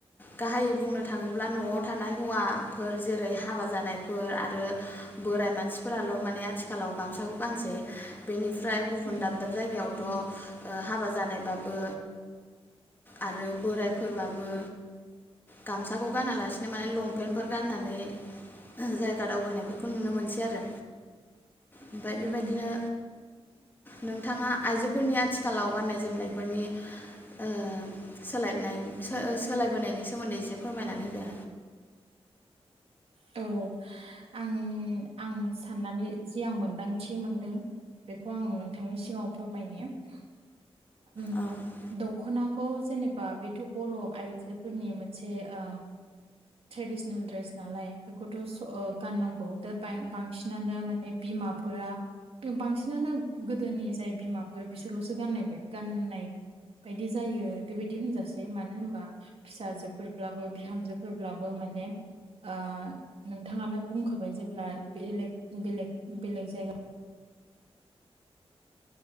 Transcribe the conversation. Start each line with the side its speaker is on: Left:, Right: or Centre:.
Left: गाहायै बुंनो थाङोब्ला न'आव थानाय हौवाफोर जेरै हाबा जानायफोर आरो बोराय मानसिफोराल माने आथिखालाव गामसाखौ गानसै बेनि ओमफ्राय गुबुन
Right: उम
Left: दाब दाब जायगायावथ
Right: नंगौ
Left: ओ हाबा जानाय बाबो आरो बोरायफोरबाबो गामसाखौ गानालासिनो माने लंपेन्टफोर गाननानै जायगा दावबायनायफोरखौ नुनो मोनसै आरो ओमफ्राय बेबायदिनो
Right: औ
Left: नोंथांङा आइजोफोरनि आथिखालाव गाननाय जोमनायफोरनि ओ सोलायनाय सो ओ सोलायबोनायनि सोमोन्दै एसे फोरमायनानै होदो।
Right: औ आं आं साननानै जि आं मोनदांथि मोनदों बेखौ आं नोंथांनि सिगाङाव फोरमायनि उम
Left: औ
Right: दखना खौ जेनेबा बेथ बर' आइजोफोरनि मोनसे ओ ट्रेडिसनेल ड्रेस नालाय बेखौथ स गाननांगौ दा बा-बांसिनानो माने बिमाफोरा बांसिनानो गोदोनि जाय बिमाफोर बिसोरल सो गाननाय बाय गाननाय बायदि जायो बेबायदि होनजासै मानो होनबा फिसाजोफोरब्लाबो बिहामजो फोरब्लाबो माने ओ नोंथाङानो बुंखाबाय जेब्ला बेलेग बेलेग बेलेग जायगा